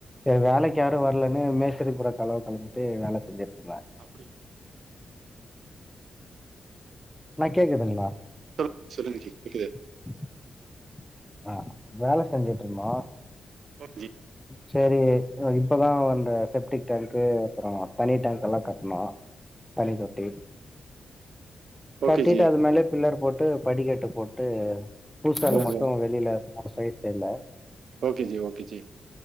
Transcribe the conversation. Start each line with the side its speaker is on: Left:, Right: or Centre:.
Centre: செரி வேலைக்கு யாரு வரலனு மேஸ்தரி கூட கலவ கலந்துட்டு வேல செஞ்சிட்ருந்த
Right: அப்டி
Centre: ணா கேக்குதுங்ளா
Right: சொல் சொல்லுங்கஜி கேக்குது
Centre: <unintelligible> ஆ வேல செஞ்சிட்ருந்தோ
Right: ஓக் ஜி
Centre: செரீ இப்பதா அந்த செப்டிக் டேங்க்கு அப்பறோ தனி டேங்க்கெலா கட்னோ தனி
Right: சேரி
Centre: தொட்டி
Right: ஓகே
Centre: கட்டிட்டு
Right: ஜி
Centre: அது மேலயே பில்லரு போட்டு படிக்கட்டு போட்டு பூசுவேல
Right: ஓ
Centre: மட்டு
Right: ஓ
Centre: வெ இல்லைல்ல மூனு சைட்ல இல்ல
Right: ஓகே ஜி ஓகே ஜி